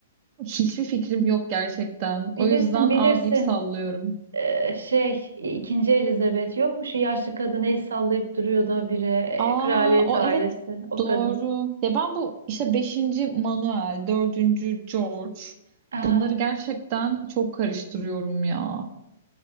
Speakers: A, on the right; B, on the right.
A: Hiçbir fikrim yok gerçekten. O
B: Bilirsin,
A: yüzden
B: bilirsin.
A: A deyip sallıyorum.
B: Ee, şey e, ikinci Elizabeth yok mu şu yaşlı kadın el sallayıp duruyordu habire e,
A: Aa,
B: kraliyet
A: o
B: ailesi
A: evet
B: o
A: doğru.
B: kadın.
A: Ya ben bu işte beşinci Manuel, dördüncü George
B: Aha,
A: bunları gerçekten çok karıştırıyorum ya.